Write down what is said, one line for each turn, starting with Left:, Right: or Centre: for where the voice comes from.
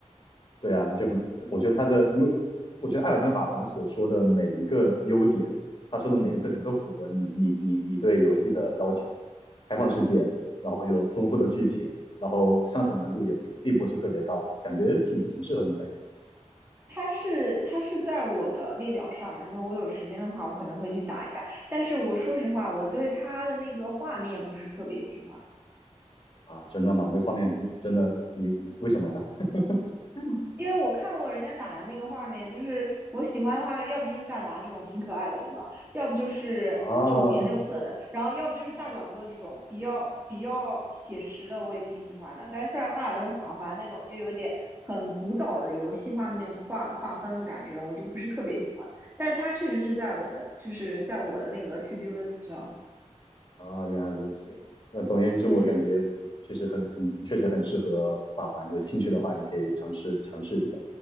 Left: 对啊，就很，我觉得他的，因为我觉得艾尔登法环所说的每一个优点，他说的每个特点都符合你你你你对游戏的要求，开放世界，然后有丰富的剧情，然后上手难度也并并不是特别高，感觉挺挺适合你的呀。
Right: 它是它是在我的列表上嘛，就是我有时间的话，我可能会去打一下。但是我说实话，我对它的那个画面不是特别喜欢，
Left: 啊，真的吗？那个画面不真的，你为什么呢？嗯，
Right: 因为我看过人家打的那个画面，就是我喜欢的画面，要不就是萨达这种挺可爱的，对吧？要不就是就五颜六色的，
Left: 啊
Right: 然后要不就是大表哥这种比较比较写实的，我也挺喜欢的。但是像《阿尔顿法环》那种，就有点很古早的游戏画面画画风的感觉，我就不是特别喜欢。但是它确实是在我的，就是在我的那个 to do list 上。
Left: 啊，原来如此。那总而言之，
Right: 嗯，
Left: 我感觉确实很，你确实很适合法环。有兴趣的话，你可以尝试尝试一下。